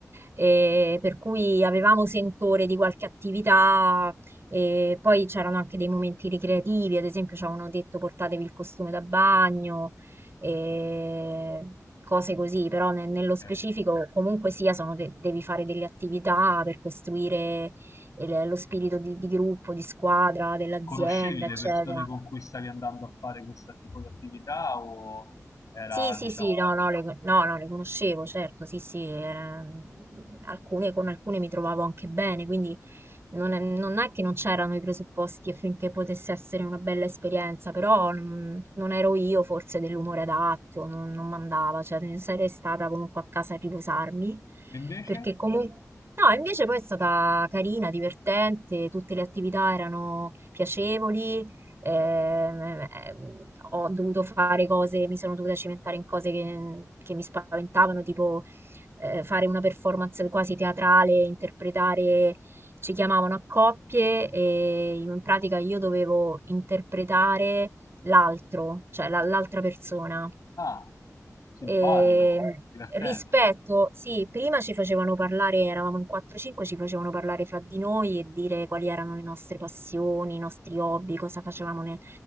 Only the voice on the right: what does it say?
eh, per cui avevamo sentore di qualche attività, e poi c'erano anche dei momenti ricreativi, ad esempio ci avevano detto portatevi il costume da bagno, eh, cose così, però ne- nello specifico
comunque sia sono de- devi fare delle attività per costruire il- lo spirito di di gruppo, di squadra, dell'azienda,
eccetera.
Sì, sì,
sì, no, no, le, no, no, le conoscevo, certo, sì, sì, era- alcune, con alcune mi trovavo anche bene, quindi non è, non è che non c'erano i presupposti affinché potesse essere una bella esperienza, però non, non ero io forse dell'umore adatto, non, non mandava, cioè ne sarei stata comunque a casa a riposarmi,
perché comunque... No, invece poi è stata carina, divertente, tutte le attività erano piacevoli, ehm, ehm, ho dovuto fare cose, mi sono dovuta cimentare in cose che, che mi spaventavano, tipo eh, fare una performance quasi teatrale, interpretare, ci chiamavano a coppie e in pratica io dovevo interpretare l'altro, cioè la- l'altra persona.
E
rispetto, sì, prima ci facevano parlare, eravamo in 4-5, ci facevano parlare fra di noi e dire quali erano le nostre passioni, i nostri hobby, cosa facevamo nel,